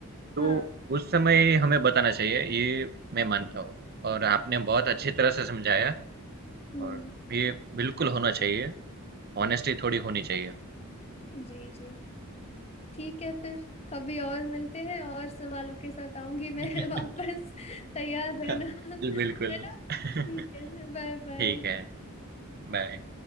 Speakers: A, on the right; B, on the left.
A: तो
B: हाँ
A: उस समय हमें बताना चाहिए, ये मैं मानता हूँ और आपने बहुत अच्छी तरह से समझाया
B: हम्म
A: और ये बिल्कुल होना चाहिए, ऑनेस्टी थोड़ी होनी चाहिए।
B: जी जी ठीक है फिर कभी और मिलते हैं और सवालों के साथ आऊंगी मैं
A: <laughs>
B: <laughs> वापस तैयार रहना
A: जी
B: <laughs>
A: जी बिल्कुल
B: है ना ठीक
A: <laughs>
B: है बाय बाय
A: ठीक है, बाय।